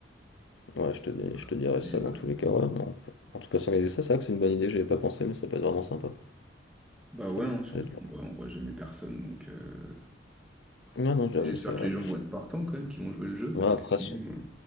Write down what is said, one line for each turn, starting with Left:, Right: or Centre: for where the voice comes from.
Left: Ouais, je te, dis-
Centre: et voilà.
Left: je te dirai ça
Centre: Et euh,
Left: dans tous les cas, ouais, mais on peut- En tout cas, s'organiser ça, c'est vrai que c'est une bonne idée, j'y avais pas pensé, mais ça peut être vraiment sympa.
Centre: bah ouais,
Left: Ça peut
Centre: hein, surtout
Left: être-
Centre: qu'on voit, on voit jamais personne. Donc euh,
Left: Ouais, non, j'avoue,
Centre: et j'espère
Left: c'est
Centre: que
Left: vrai.
Centre: les gens vont être partants quand même, qui vont jouer le jeu, parce
Left: Ouais, après,
Centre: que sinon. euh,